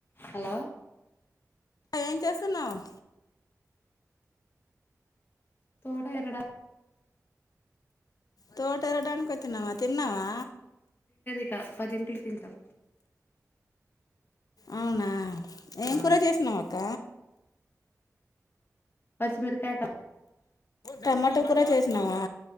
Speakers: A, on the left; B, on the left.
A: hello
B: ఏంచేస్తున్నావ్
A: తోట ఎగడా
B: తోట ఎరడానికి వచ్చినవా తిన్నావా
A: తింటా పదింటికి తింటాం
B: అవునా ఏం
A: ఆ
B: కూర చేసినాం అక్క
A: పచ్చిమిరకాయటా
B: టమాటా కూడా చేసినావా